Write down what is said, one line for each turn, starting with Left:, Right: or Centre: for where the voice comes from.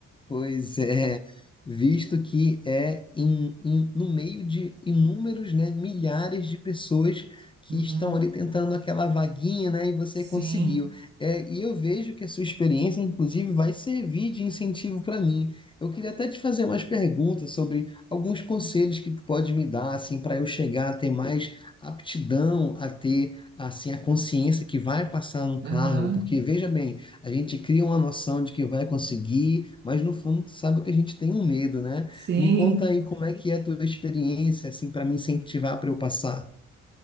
Left: Pois é, visto que é em- em- no meio de inúmeros, né, milhares de pessoas que
Right: Uhum.
Left: estão ali tentando aquela vaguinha, né, e você
Right: Sim,
Left: conseguiu. É, e eu vejo que a sua experiência, inclusive, vai servir de incentivo para mim. Eu queria até te fazer umas perguntas sobre alguns conselhos que tu pode me dar, assim, para eu chegar a ter mais aptidão, a ter, assim, a consciência que vai passar no cargo,
Right: aham.
Left: porque veja bem. A gente cria uma noção de que vai conseguir, mas no fundo tu sabe que a gente tem um medo, né?
Right: Sim,
Left: Me conta aí como é que é a tua experiência, assim, para me incentivar para eu passar.